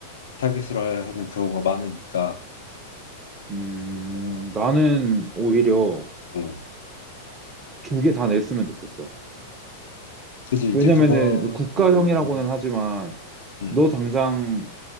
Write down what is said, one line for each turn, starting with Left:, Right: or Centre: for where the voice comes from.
Left: 타겟으로 하는 경우가 많으니까.
Right: 음,
Left: 음,
Right: 나는 오히려
Left: 음.
Right: 두 개 다 냈으면 좋겠어.
Left: 그지 이제
Right: 왜냐면은
Left: 그거
Right: 국가형이라고는
Left: 음,
Right: 하지만,
Left: 음,
Right: 너 당장